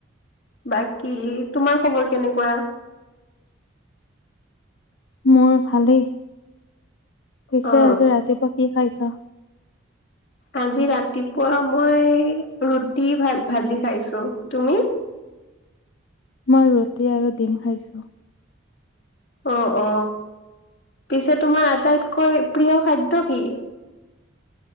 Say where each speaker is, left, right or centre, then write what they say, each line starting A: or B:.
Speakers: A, on the left (about 55°); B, on the left (about 70°).
A: বাকী তোমাৰ খবৰ কেনেকুৱা।
B: মোৰ ভালেই পিছে
A: অ
B: আজি ৰাতিপুৱা কি খাইছ।
A: আজি ৰাতিপুৱা। মই ৰুটি ভ ভাজি খাইছো তুমি।
B: মই ৰুটি আৰু ডিম খাইছো।
A: অ অ পিছে তোমাৰ আটাইতকৈ প্ৰিয় খাদ্য কি।